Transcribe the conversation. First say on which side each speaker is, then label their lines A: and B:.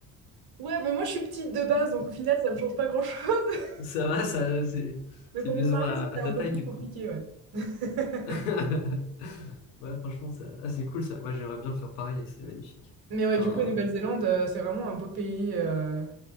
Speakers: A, on the right; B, on the left.
A: ouais, mais moi je suis petite de base, donc au final ça me change pas grand-chose. <laughs>
B: Ça va, ça, c'est
A: Mais
B: c'est
A: pour
B: une
A: mon
B: maison
A: mari,
B: à,
A: c'était
B: à ta
A: un peu
B: taille,
A: plus
B: du
A: compliqué,
B: coup.
A: ouais. <laughs>
B: <laughs> Ouais, franchement, ça... ah, c'est cool ça. Moi, j'aimerais bien faire pareil, c'est magnifique.
A: Mais ouais,
B: Enfin,
A: du coup, la Nouvelle-Zélande, euh, c'est vraiment un beau pays. euh,